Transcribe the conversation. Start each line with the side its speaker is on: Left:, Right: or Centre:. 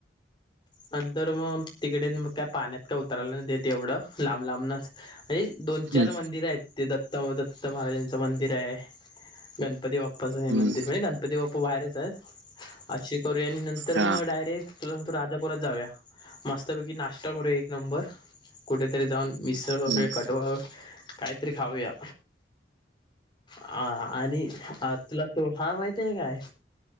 Left: नंतर मग तिकडे मग काय पाण्यात काय उतरायला नाही देत एवढं, लांब लांबनच. हेच दोन चार
Right: हम्म
Left: मंदिर आहेत. दत्त दत्त महाराजांचं मंदिर आहे, गणपती बाप्प बाप्पाचं हे
Right: हम्म
Left: मंदिर म्हणजे गणपती बाप्पा बाहेरच आहेत, असशी करू आणि नंतर
Right: हा
Left: मग डायरेक्ट तुला सांगतो राजापुरात जाऊया, मस्तपैकी नाश्ता करू एक नंबर, कुठेतरी जाऊन. मिसळ
Right: हम्म
Left: वगैरे कटवर काहीतरी खाऊया. हा आणि तुला तो हा माहती आहे काय?